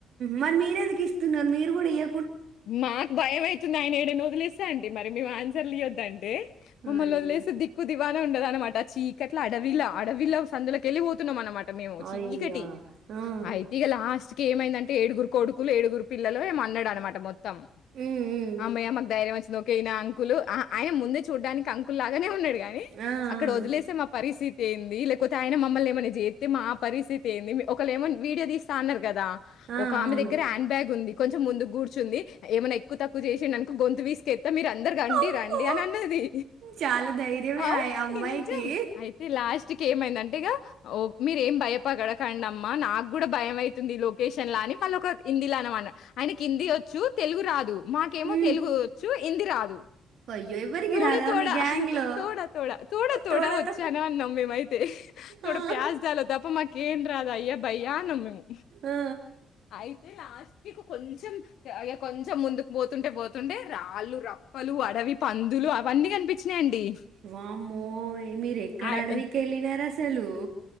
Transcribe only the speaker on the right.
మరి మీరెందుకు ఇస్తున్నరు మీరు కూడా ఇయ్య
అయ్యా
అయ్యా
ఆ. ఉమ్,
ఉమ్.
ఆ,
ఆ.
ఆ
అవును
అమ్మో!
చాలా ధైర్యమే
ఆ అమ్మాయికి
ఉమ్,
అయ్యో ఎవరికి
రాదా
మీ గ్యాంగ్ లో
తోడతో
ఆ,
ఆ.
వామ్మోయ్ మీరు ఎక్కడ
అడవికి వెళ్ళినారు అసలు